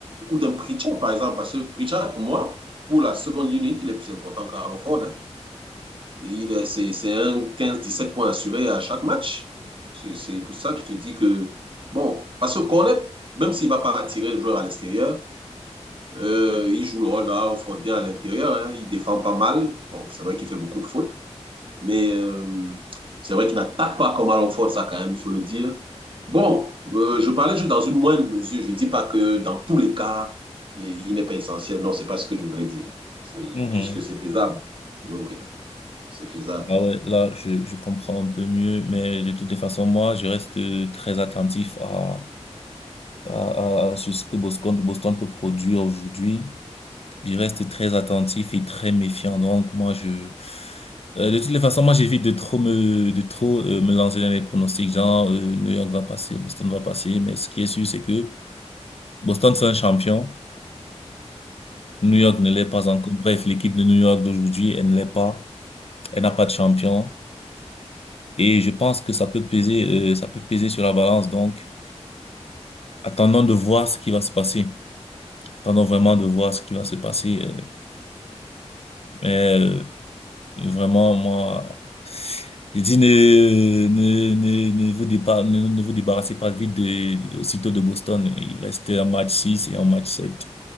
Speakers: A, on the right; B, on the left.
A: ou d'un Pritchard, par exemple. Parce que Pritchard, pour moi, pour la seconde unit, il est plus important qu'Aaron Ford. hein. Il est, c'est, c'est un quinze dix sept points assurés à chaque match. C'est, c'est pour ça que je te dis que, bon, parce que Cornet, même s'il ne va pas attirer le joueur à l'extérieur, euh, il joue le rôle d'un offre bien à l'intérieur. hein. Il défend pas mal. Bon, c'est vrai qu'il fait beaucoup de fautes, mais euh, c'est vrai qu'il n'attaque pas comme à l'off-road, ça quand même, il faut le dire. Bon, euh, je parlais juste dans une moindre mesure. Je ne dis pas que dans tous les cas, il, il n'est pas essentiel. Non, c'est pas ce que je voulais dire. C'est
B: Mhm.
A: juste que c'est faisable. Oui, oui, c'est faisable.
B: Ah ouais, là, je, je comprends un peu mieux, mais de toutes les façons, moi, je reste euh, très attentif à, à, à, à ce que Boston, Boston peut produire aujourd'hui. Je reste très attentif et très méfiant. Donc, moi, je, euh, de toutes les façons, moi, j'évite de trop me, de trop euh, me lancer dans les pronostics, genre, euh, New York va passer, Boston va passer. Mais ce qui est sûr, c'est que Boston, c'est un champion. New York ne l'est pas encore. Bref, l'équipe de New York d'aujourd'hui, elle ne l'est pas. Elle n'a pas de champion. Et je pense que ça peut peser, euh, ça peut peser sur la balance. Donc, attendons de voir ce qui va se passer. Attendons vraiment de voir ce qui va se passer. euh. mais euh, vraiment, moi, je dis ne, ne, ne, ne vous dépa- ne, ne vous débarrassez pas vite de, de- aussitôt de Boston. Il reste un match 6 et un match sept